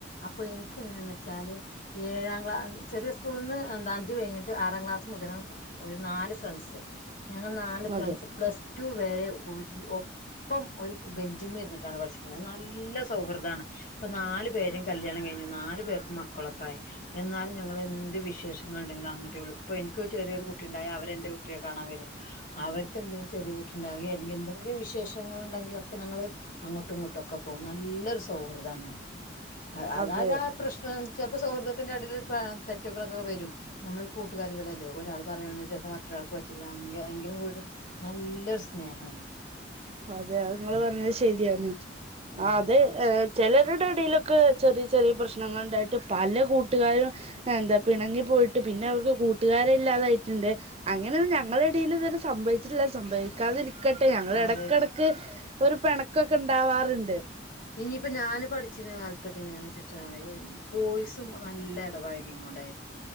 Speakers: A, on the left; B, on the right.
A: അപ്പൊ എനിക്ക് എങ്ങനെ ന്നച്ചാല് ഏഴാം ക്ലാ ചെറിയ സ്കൂളിൾന്ന് എന്ത അഞ്ചു കഴിഞ്ഞിട്ട് ആറാം ക്ലാസ് മുതലാണ് ഒരു നാല് ഫ്രണ്ട്സ് ഞങ്ങൾ നാല്
B: അതെ
A: ഫ്രണ്ട്സ് പ്ലസ് ടു വരെ ഒരു ഒപ്പം ഒരു ബെഞ്ചും മരുന്നിട്ടാണ് പഠിച്ചിക്കുന്നത് നല്ല സൗഹൃദമാണ് ഇപ്പൊ നാലു പേരും കല്യാണം കഴിഞ്ഞു നാലു പേർക്ക് മക്കളൊക്കെ ആയി എന്നാലും ഞങ്ങള് എന്ത് വിശേഷ ഉണ്ടെങ്കിലും അങ്ങോട്ടേള്ള ഇപ്പ എനിക്ക് ചെറിയൊരു കുട്ടി ഉണ്ട അവരെ എന്റെ കുട്ടിയെ കാണാൻ വരും അവർക്ക്ന്തെങ്കിലും ചെറിയ കുട്ടി ഉണ്ടാവോ അല്ലെങ്കിൽ എന്തെങ്കില വിശേഷങ്ങൾ ഉണ്ടെങ്കിലൊക്കെ ഞങ്ങള്ൾ അങ്ങോട്ടും ഇങ്ങോട്ടുംക്കെ പോകും നല്ലൊരു സൗഹൃദമാണ് ഞങ്ങൾ അതാത്
B: അതെ
A: ആ പ്രശ്ന ചപ്പ സൗഹൃദ ത്തിന്റെ അടൽ തെറ്റുകളൊക്കെ വരും നമ്മള് കൂട്ടുകാരികൾല്ലേ ഒരാൾ പറയുന്നത് ചിലപ്പോ മറ്റൊരാൾക്ക് പറ്റില്ല എങ്കിലും കൂ നല്ലൊരു സ്നേഹമാണ്
B: അതെ അ നിങ്ങൾ പറഞ്ഞത് ശരിയാണ്
A: ഉം
B: ആ അതെ ചിലരുടെ അടിയി ക്കെ ചെറിയ ചെറിയ പ്രശ്നങ്ങൾ ഉണ്ടായിട്ട് പല കൂട്ടുകാരും എന്താ പിണങ്ങി പോയിട്ട് പിന്നെ അവർക്ക് കൂട്ടുകാര ഇല്ലാതായിട്ടുണ്ട് അങ്ങനെ ഞങ്ങളുടെ ഇടയിൽ ഇതുവരെ സംഭവിച്ചിട്ടില്ല സംഭവരിക്കാതിരിക്ക ഒക്കട്ടെ ഞങ്ങളുടെ
A: അതെ
B: ഇട ഒരു പ പിണക്കൊക്കെ ഉണ്ടാവാറുണ്ട്
A: ഇനിയിപ്പ ഞാന് പഠിച്ച അച്ചന് കാലത്തൊക്കെ ഇങ്ങനെയാന്ന് വെച്ചിട്ടാ ബോയ്സും നല്ല ഇടപാഴകി ഇ കൊണ്ടായിരുന്നു